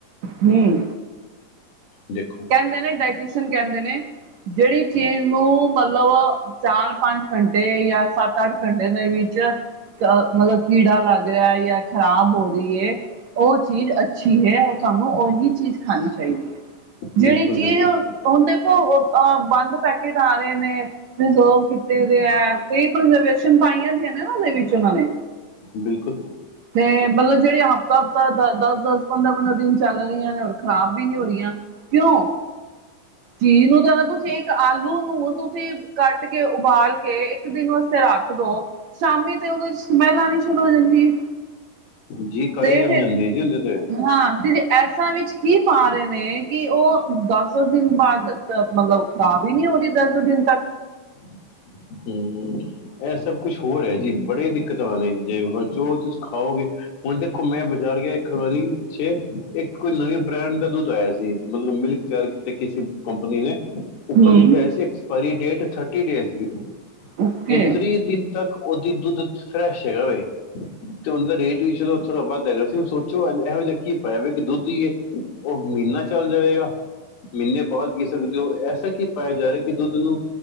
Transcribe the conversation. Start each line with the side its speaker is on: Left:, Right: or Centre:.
Right: ਨਹੀਂ।
Left: ਦੇਖੋ
Right: ਕਹਿੰਦੇ ਨੇ ਡਾਇਟੀਸ਼ੀਅਨ ਕਹਿੰਦੇ ਨੇ। ਜਿਹੜੀ ਚੀਜ਼ ਨੂੰ ਮਤਲਬ ਚਾਰ ਪੰਜ ਘੰਟੇ ਜਾਂ ਸੱਤ ਅੱਠ ਘੰਟੇ ਦੇ ਵਿੱਚ। ਜਾਂ ਮਤਲਬ ਕੀੜਾ ਲੱਗ ਰਿਹਾ ਜਾਂ ਖ਼ਰਾਬ ਹੋ ਰਹੀ ਹੈ। ਉਹ ਚੀਜ਼ ਅੱਛੀ ਹੈ, ਉਹ ਤੁਹਾਨੂੰ ਉਹੀ ਚੀਜ਼ ਖਾਣੀ ਚਾਹੀਦੀ ਹੈ।
Left: ਬਿਲਕੁਲ
Right: ਜਿਹੜੀ ਚੀਜ਼
Left: ਬਿਲਕੁਲ
Right: ਹੁਣ ਦੇਖੋ ਬੰਦ ਪੈਕਟ। ਪੈਕਟ ਆ ਰਹੇ ਨੇ ਪਰਿਜ਼ਰਵ ਕੀਤੇ ਦੇ ਆ। ਛਨ <inaudible> ਪਾਈਆਂ ਦੀਆਂ ਨੇ ਉਹ ਦੇ ਵਿੱਚ ਉਹਨਾਂ ਨੇ
Left: ਬਿਲਕੁਲ
Right: ਤੇ ਮਤਲਬ ਜਿਹੜੀ ਹਫ਼ਤਾ ਹਫ਼ਤਾ ਦ ਦਸ ਦਸ। ਪੰਦਰਾਂ ਪੰਦਰਾਂ ਦਿਨ ਚੱਲ ਰਹੀਆਂ ਨੇ ਹੁਣ ਖ਼ਰਾਬ ਵੀ ਨਹੀਂ ਹੋ ਰਹੀਆਂ ਕਿਉਂ? ਚੀਜ਼ ਨੂੰ ਤਾਂ ਅਸੀਂ ਤੁਸੀਂ ਇੱਕ ਆਲੂ ਨੂੰ ਤੁਸੀਂ ਕੱਟ ਕੇ ਉਬਾਲ ਕੇ ਇੱਕ ਦਿਨ ਵਾਸਤੇ। ਫਿਰ ਰੱਖ ਦੋ ਸ਼ਾਮੀ ਤੇ ਉਹਦੇ ਵਿਚ ਸਮੈਲ ਆਉਣੀ ਸ਼ੁਰੂ ਹੋ ਜਾਂਦੀ ਹੈ।
Left: ਜੀ ਕਾਈ
Right: ਤੇ
Left: ਜਮ
Right: ਫਿਰ
Left: ਜਾਂਦੀ ਹੈ ਜੀ ਉਹਦੇ। ਤੇ
Right: ਹਾਂ। ਐਸਾਂ ਵਿੱਚ ਕੀ ਪਾ ਰਹੇ ਨੇ ਕਿ ਉਹ ਦਸ- ਦਸ ਦਿਨ ਬਾਅਦ ਮਤਲਬ ਖ਼ਰਾਬ ਹੀ ਨਹੀ ਔਵੀ‌ ਦਸ ਦਿਨ ਤੱਕ।
Left: <inaudible> ਹਮਮ, ਇਹ ਸਭ ਕੁਛ ਹੋਰ ਹੈ ਜੀ ਬੜੇ ਦਿੱਕਤ ਵਾਲੇ ਜੇ ਜੋ ਤੁਸੀਂ ਖਾਓਗੇ ਹੁਣ ਦੇਖੋ ਮੈ ਜਾੜ ਗਿਆ ਇਕ ਵਾਰੀ ਪਿੱਛੇ ਇੱਕ ਕੋਈ ਨਵੇਂ ਬ੍ਰੈਂਡ ਦਾ ਦੁੱਧ ਆਇਆ ਸੀ, ਮਤਲਬ ਮਿਲਕ ਤਿਆਰ ਕਿਤਾ ਕਿਸੇ ਕੰਪਨੀੀ ਨੇ ਉੱਪਰ
Right: ਹਮ
Left: ਲਿਖਿਆ ਆਇਆ ਸੀ, ਐਕਸਪਾਇਰੀ ਡੇਟ ਥਰਟੀ ਡੇਸ ਨੂ
Right: ਓਕੇ
Left: ਹੁਣ ਤ੍ਰੀ ਦਿਨ ਤੱਕ ਉਹਦੀ ਦੁੱਧ ਫਰੈਸ਼ ਹੈਗਾ ਵੈ ਤ ਤੇ ਉਂਦਾ ਰੇਟ ਵੀ ਚਲੋ ਥੋੜ੍ਹਾ ਵੱਧ ਹੈਗਾ ਸੀ, ਹੁਣ ਸੋਚੋ ਇਹੋ ਜਿਹਾ ਕੀ ਪਾਇਆ ਵੇ ਕਿ ਦੁੱਧ ਈ ਏ ਉਹ ਮੀਨਾੱ ਚੱਲ ਜਾਵੇਗਾ। ਮਹੀਨੇ ਬਾਅਦ ਪੀ ਸਕਦੇ ਹੋ ਐਸਾ ਕੀ ਪਾਇਆ ਜਾ ਰਿਹਾ ਕਿ, ਦੁੱਧ ਨੂੰ